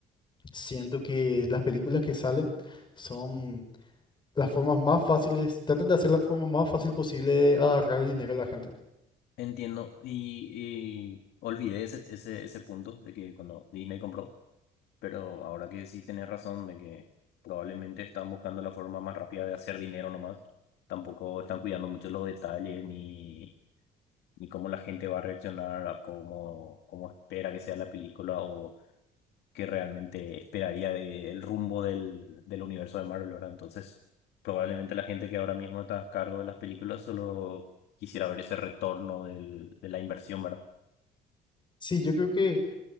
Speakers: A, on the left; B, on the left.
A: siento que las películas que salen son las formas más fáciles, tratan de hacer la forma más fácil posible de agarrar el dinero a la gente.
B: Entiendo. Y, y olvidé ese, ese, ese punto de que cuando Disney compró, pero ahora que sí tenés razón de que probablemente están buscando la forma más rápida de hacer dinero nomás. Tampoco están cuidando mucho los detalles ni, ni cómo la gente va a reaccionar a cómo, cómo espera que sea la película o que realmente esperaría del rumbo del, del universo de Marvel, ¿verdad? Entonces, probablemente la gente que ahora mismo está a cargo de las películas solo quisiera ver ese retorno del- de la inversión, ¿verdad?
A: Sí, yo creo que